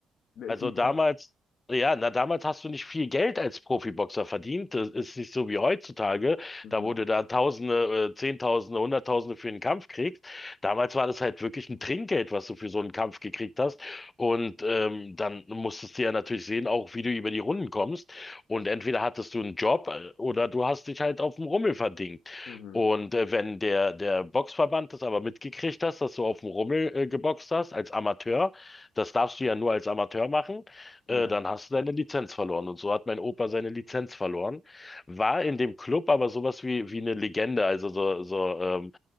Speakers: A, on the left; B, on the left.
A: Wie
B: Also
A: wie
B: damals,
A: das?
B: ja, na damals hast du nicht viel Geld als Profiboxer verdient. Das ist nicht so wie heutzutage.
A: Mhm.
B: Da wurde da Tausende, äh, Zehntausende, Hunderttausende für einen Kampf kriegst. Damals war das halt wirklich ein Trinkgeld, was du für so einen Kampf gekriegt hast. Und ähm, dann musstest du ja natürlich sehen, auch wie du über die Runden kommst. Und entweder hattest du einen Job äh, oder du hast dich halt auf dem Rummel verdingt.
A: Mhm.
B: Und äh, wenn der, der Boxverband das aber mitgekriegt hast, dass du auf dem Rummel äh, geboxt hast als Amateur, das darfst du ja nur als Amateur machen, äh,
A: Ja.
B: dann hast du deine Lizenz verloren. Und so hat mein Opa seine Lizenz verloren, war in dem Club aber sowas wie, wie eine Legende, also so, so ähm,